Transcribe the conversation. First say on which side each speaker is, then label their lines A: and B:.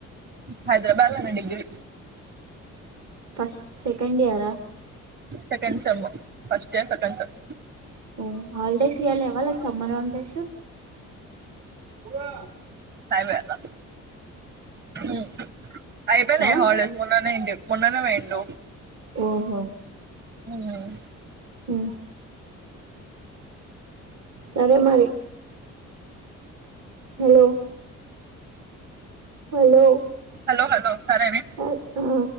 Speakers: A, on the right (about 35°); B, on the right (about 65°).
A: హైదరాబాద్ లోనే డిగ్రీ
B: ఫస్ట్ సెకండ్ ఇయరా
A: second sem first year second sem
B: ఓ హాలిడేస్ ఇయ్యాలెవా లైక్ సమ్మర్ హాలిడేస్ <unintelligible>
A: చాయ్ పోయాల్నా, ఉమ్ అయిపోనాయ్
B: ఆ
A: హాలిడేస్ మొన్ననే ఏంటి మొన్ననే పొయిండు
B: ఓహో
A: ఉమ్
B: ఉ సరే మరి. హలో హలో
A: హలో హలో సరేనే.
B: సర్ ఆ